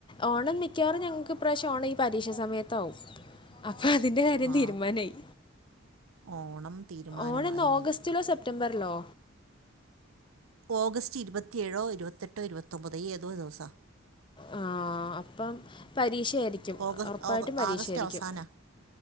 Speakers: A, on the left (about 25°); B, on the right (about 85°).
A: ഓണം മിക്കവാറും ഞങ്ങള്ക്ക് ഇപ്രാവശ്യം ഓണം ഈ പരീക്ഷ സമയത്താവും അപ്പൊ അതിന്റെ കാര്യം
B: ആ
A: തീരുമാനായി
B: ഓണം തീരുമാനമായി
A: ഓണന്ന ഓഗസ്റ്റിലോ സെപ്റ്റ റ്റംബർലോ
B: ഓഗസ്റ്റ് ഇരുപത്തിയേഴോ ഇരുപത്തെട്ടോ ഇരുപത്തൊമ്പത് ഇയ്യേതോ ദിവസ
A: ആഹ് അപ്പം പരീക്ഷയാരിക്കും
B: ഓഗസ്റ്റ്
A: ഒറപ്പായിട്ടും പരീക്ഷായിരിക്കും
B: ആഗസ്റ്റ് അവസാന